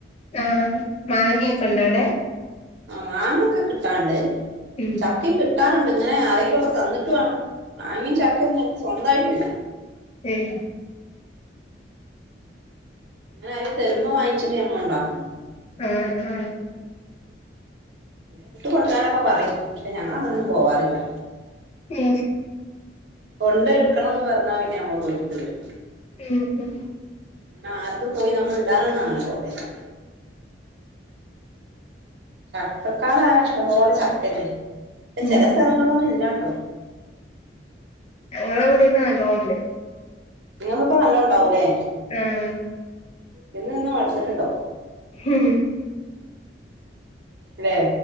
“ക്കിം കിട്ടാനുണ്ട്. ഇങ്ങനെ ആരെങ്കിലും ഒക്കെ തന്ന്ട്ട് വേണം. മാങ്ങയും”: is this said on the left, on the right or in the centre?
Right